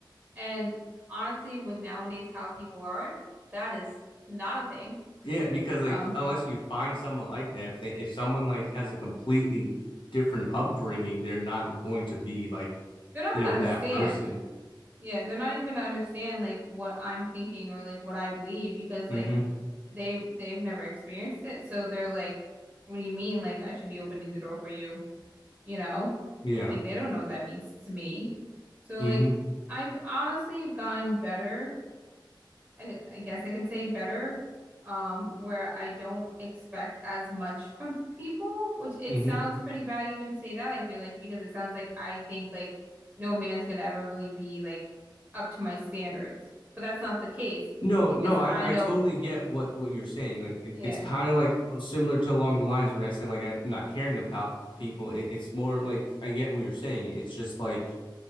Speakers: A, on the right; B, on the left.
A: And honestly, with nowadays how people are, that is not a thing.
B: Yeah, because like
A: Um,
B: unless you find someone like that, if they if someone like has a completely different upbringing, they're not going to be like,
A: they're not
B: you
A: gonna
B: know,
A: understand.
B: that person.
A: Yeah, they're not even gonna understand like what I'm thinking or like what I believe because like
B: hmm
A: they they've never experienced it. So they're like, what do you mean? Like I should be opening the door for you you know?
B: Yeah.
A: Like they don't know what that means to me. So
B: hmm
A: like I've honestly gotten better. I, I guess I can say better, um, where I don't expect as much from people, which it
B: hmm
A: sounds pretty bad even to say that, I feel like, because it sounds like I think like no man's gonna ever really be like up to my standards. But that's not the case.
B: No,
A: It's
B: no,
A: just
B: I,
A: I
B: I
A: know,
B: totally get what what you're saying. Like it,
A: yeah,
B: it's kind of like uh, similar to along the lines when I said like I'm not caring about people. It, it's more like I get what you're saying. It's just like